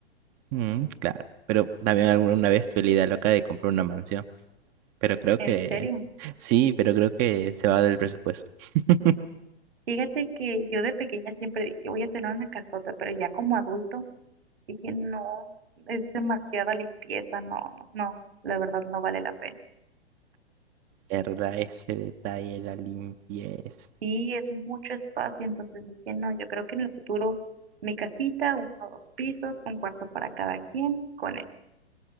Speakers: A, on the right; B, on the right.
A: Mm, claro, pero también alguna vez tuve la idea loca de comprar una mansión, pero creo
B: ¿En
A: que
B: serio?
A: sí, pero creo que se va del presupuesto. <laughs>
B: Fíjate que yo de pequeña siempre dije, voy a tener una casota, pero ya como adulto dije, no, es demasiada limpieza, no, no, no, la verdad no vale la pena.
A: ¿Verdad? Ese detalle, la limpieza.
B: Sí, es mucho espacio, entonces dije, no, yo creo que en el futuro mi casita, uno o dos pisos, un cuarto para cada quien, con eso.